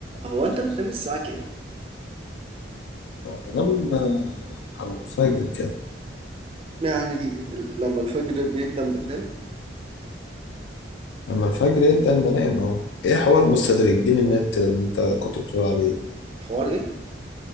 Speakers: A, on the right; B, on the left.
A: هو انت بتنام الساعة كام؟
B: بنام آه، على الفجر كده
A: يعني ال- لما الفجر بيقدم بتنام
B: لما الفجر يبدأ بنام اهو ايه حوار مستدرجين النت اللي انت كنت بتقول عليه
A: حوار ايه؟